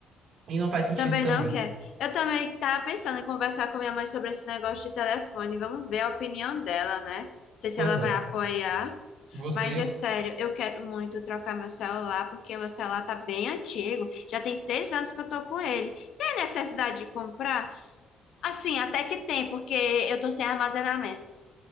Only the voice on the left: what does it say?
Também
não quer. Eu também tava pensando em conversar com minha mãe sobre esse negócio de telefone. Vamos ver a opinião dela, né? Não sei se
ela vai
apoiar.
Mas é sério, eu quero muito trocar meu celular, porque meu celular tá bem antigo. Já tem seis anos que eu tô com ele. Tem necessidade de comprar? Assim, até que tem, porque eu tô sem armazenamento.